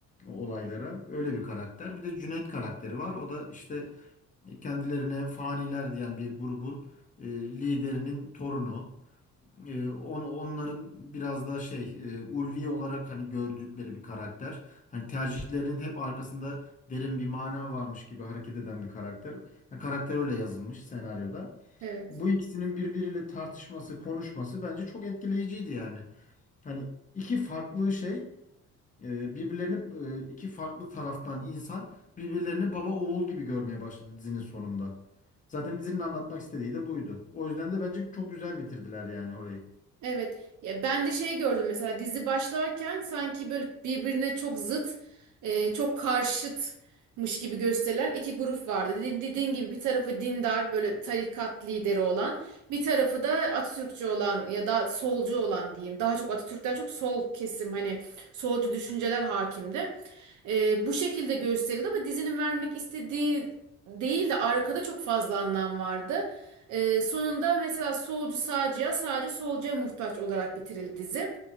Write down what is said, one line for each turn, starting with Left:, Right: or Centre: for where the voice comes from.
Left: olaylara öyle bir karakter. Bir de Cüneyt karakteri var. O da işte kendilerine faniler diyen bir grubun e, liderinin torunu. E, on, onların biraz da şey e, ulvi olarak hani gördükleri bir karakter. Hani tercihlerinin hep arkasında derin bir mana varmış gibi hareket eden bir karakter. Yani karakter öyle yazılmış senaryoda.
Right: evet.
Left: Bu ikisinin birbiriyle tartışması, konuşması bence çok etkileyiciydi yani. Hani iki farklı şey, e, birbirlerini e, iki farklı taraftan insan birbirlerini baba oğul gibi görmeye başladı dizinin sonunda. Zaten dizinin anlatmak istediği de buydu. O yüzden de bence çok güzel bitirdiler yani orayı.
Right: Evet. Ya ben de şey gördüm mesela dizi başlarken sanki böyle birbirine çok zıt, e, çok karşıtmış gibi gösterilen iki grup vardı. Dedi- Dediğin gibi bir tarafı dindar böyle tarikat lideri olan, bir tarafı da Atatürkçü olan ya da solcu olan diyeyim. Daha çok Atatürk'ten çok sol kesim hani solcu düşünceler hakimdi. Ee, bu şekilde gösterildi ama dizinin vermek istediği değil de arkada çok fazla anlam vardı. Ee, sonunda mesela solcu sağcıya, sağcı solcuya muhtaç olarak bitirildi dizi.